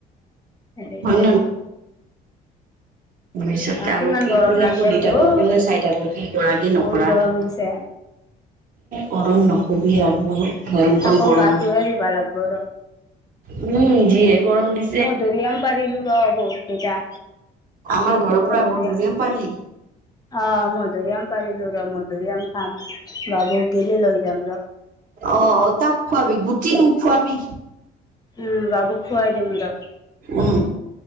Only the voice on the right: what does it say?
হয়
তাৰিছত আৰু
কি
কোনে
সুধি
থাকো
কোনে চাই থাকো কি কৰা কি নকৰা।
গৰম নকবি আৰু বহুত ভয়ংকৰ
ক গৰম।
উম, যিয়ে গৰম দি
আমাৰ ঘৰৰ
পৰা মধুৰিআম পাৰলি।
অ', অ', তাক খুৱাবি গুটি নোখোৱাবি।
উম।